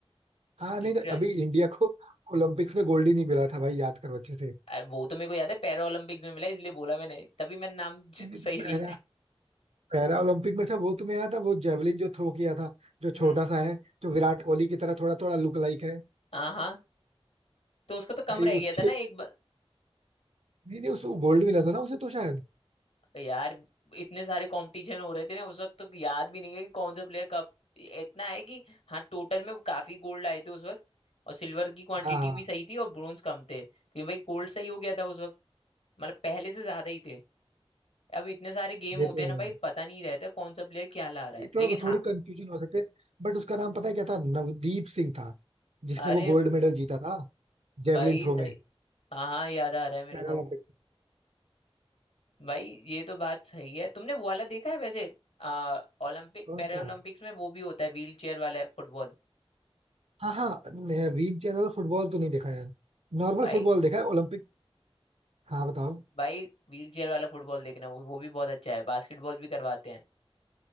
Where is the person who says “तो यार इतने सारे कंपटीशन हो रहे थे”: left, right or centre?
Left